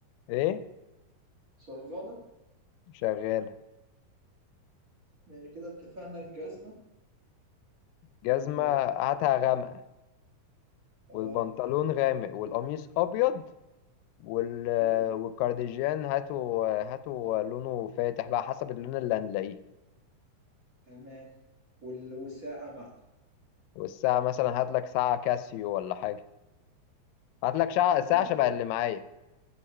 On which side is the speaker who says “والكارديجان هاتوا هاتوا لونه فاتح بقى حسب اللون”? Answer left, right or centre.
Left